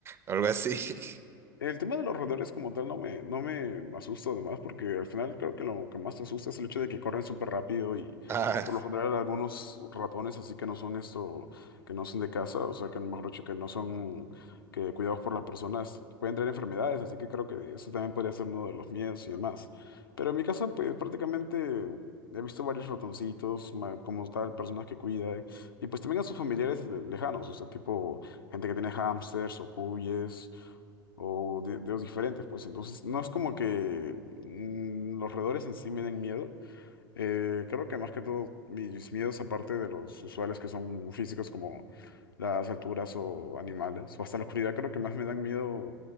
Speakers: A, on the right; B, on the left.
A: o algo así. <laughs>
B: El tema de los roedores como tal no me, no me asusta además, porque al final creo que lo que más te asusta es el hecho de que corren súper rápido y
A: Ah,
B: por lo general algunos ratones así que no son esto, que no son de casa, o sea que mejor dicho que no son que cuidados por las personas, pueden traer enfermedades, así que creo que eso también podría ser uno de los miedos y demás. Pero en mi casa pues prácticamente he visto varios ratoncitos, ma- como tal, personas que cuidan, y pues también a sus familiares eh, lejanos, o sea tipo gente que tiene hámsters o cuyes o de, de diferentes, pues entonces no es como que mm, los roedores en sí me den miedo. Eh, creo que más que todo mis miedos, aparte de los usuales que son físicos, como las alturas o animales, o hasta la oscuridad, creo que más me dan miedo